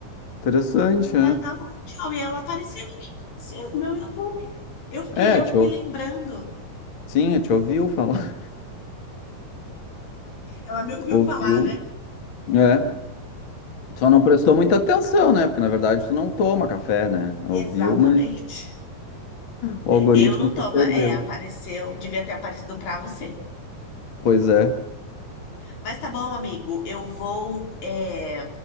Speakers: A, on the left; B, on the left.
A: Interessante,
B: Eu quero
A: né?
B: dar uma mundial. E ela apareceu aqui, sim, no meu YouTube. Eu fiquei,
A: É,
B: eu
A: tio.
B: fiquei lembrando.
A: Sim, eu te ouviu falar. <laughs>
B: Ela me ouviu
A: Ouviu.
B: falar, né?
A: É. Só não prestou muita atenção, né? Porque na verdade tu não toma café, né?
B: Exatamente.
A: Ouviu, mas o algoritmo
B: Eu não tomo.
A: se perdeu.
B: É, apareceu, devia ter aparecido pra você.
A: Pois é.
B: Mas tá bom, amigo. Eu vou é,